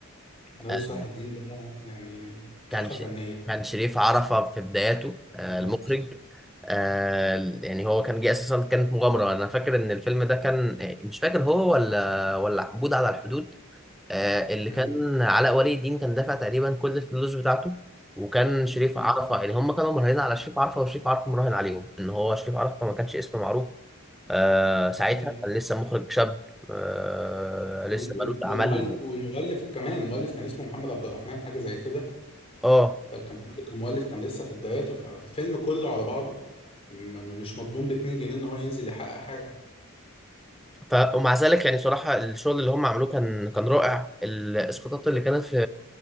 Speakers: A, on the left; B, in the centre.
A: الناظر
B: آه،
A: صلاح الدين ده يعني تحفه
B: كان ش...
A: فنيه
B: كان شريف عرفة في بداياته آه،
A: بالظبط
B: المخرج آه، يعني هو كان جه اساسا كانت مغامره انا فاكر ان الفيلم ده كان آه، مش فاكر هو ولا ولا عبود على الحدود آه، اللي
A: مم.
B: كان علاء ولي الدين كان دافع تقريبا كل الفلوس بتاعته وكان شريف
A: مم.
B: عرفة يعني هم كانوا مراهنين على شريف عرفة وشريف عرفة مراهن عليهم ان هو شريف عرفة ما كانش اسم معروف آه ساعتها
A: وال-
B: كان لسه مخرج شاب آه لسه
A: وال-
B: ملوش
A: والمؤل
B: اعمال
A: والمؤلف كمان المؤلف كان اسمه محمد عبد الرحمن حاجه زي كده
B: اه
A: آه، كان برضه كان مؤلف كان لسه في بداياته فالفيلم كله على بعضه م- م- مش مضمون ب 2 جنيه ان هو ينزل يحقق حاجه
B: ف ومع ذلك يعني صراحه الشغل اللي هم عملوه كان كان رائع الاسقاطات اللي كانت في